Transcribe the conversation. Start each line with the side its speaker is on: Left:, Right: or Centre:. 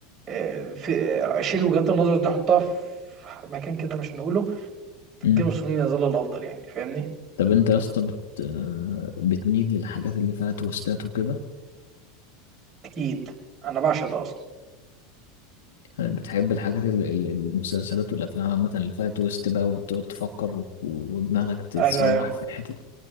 Right: آه، في اشيل وجهات النظر دي احطها في مكان كده مش هنقوله جيم
Left: مم.
Right: اوف ثرونز يظل الافضل يعني فاهمني
Left: طب انت يا اسطى بت... آه، بتميل للحاجات اللي فيها تويستات وكده
Right: اكيد انا بعشق ده اصلا
Left: بتحب الحاجات ال- ال- المسلسلات والأفلام عامة اللي فيها تويست بقى وتقعد تفكر و- ودماغك تتسوح
Right: ايوه ايوه
Left: في حتة